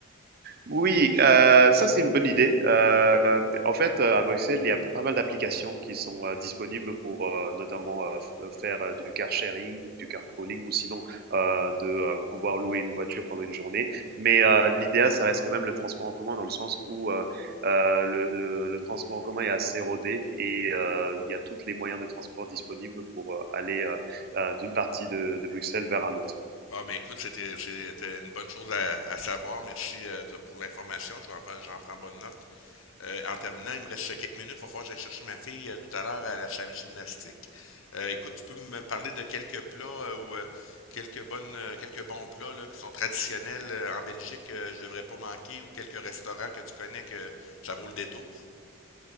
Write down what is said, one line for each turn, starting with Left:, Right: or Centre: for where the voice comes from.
Right: Oui, heu, ça c'est une bonne idée. Heu, en fait, heu, à Bruxelles, il y a pas mal d'applications qui sont, heu, disponibles pour, heu, notamment, heu, f heu, faire, heu, du car sharing, du carpooling ou sinon, heu, de, heu, pouvoir louer une voiture pendant une journée. Mais, heu, l'idéal, ça reste quand même le transport en commun dans le sens où, heu heu, le le le transport en commun est assez rodé et heu, il y a tous les moyens de transport disponibles pour, heu, aller, heu heu, d'une partie de de Bruxelles vers un autre.
Left: Ah ben écoute, c'était c'était une bonne chose à, à savoir. Merci euh, de- pour l'information. Je vais en prendre- J'en prends bonne note. Euh, en terminant, il me reste quelques minutes. Il va falloir que j'aille chercher ma fille euh, tout à l'heure à la salle de gymnastique. Euh, écoute, tu peux me parler de quelques plats euh, ou euh, quelques bonnes, euh, quelques bons plats là, qui sont traditionnels euh, en Belgique, que je devrais pas manquer, ou quelques restaurants que tu connais que ça vaut le détour.